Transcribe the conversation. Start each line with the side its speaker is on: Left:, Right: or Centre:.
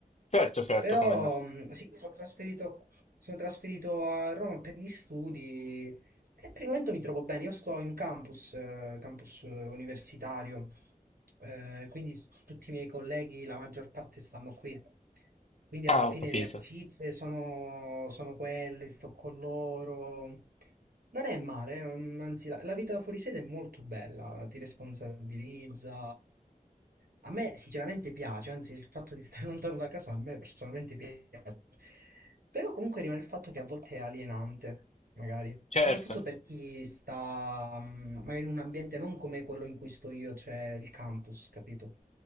Left: Certo, certo,
Right: Però
Left: come no.
Right: mh, sì, mi sono trasferito, sono trasferito a Roma per gli studi e per il momento mi trovo bene. Io sto in un campus, eh, campus eh, universitario, eh, quindi s- tutti i miei colleghi, la maggior parte stanno qui. Quindi
Left: Ah,
Right: alla fine
Left: ho capito.
Right: le amicizie sono, sono quelle, sto con loro. Non è male, mm, anzi la, la vita fuori sede è molto bella, ti responsabilizza, a me sinceramente piace, anzi il fatto di stare <laughs> lontano da casa a me personalmente piace, però comunque rimane il fatto che a volte è alienante, magari,
Left: Certo.
Right: soprattutto per chi sta mm, magari in un ambiente non come quello in cui sto io, cioè il campus, capito?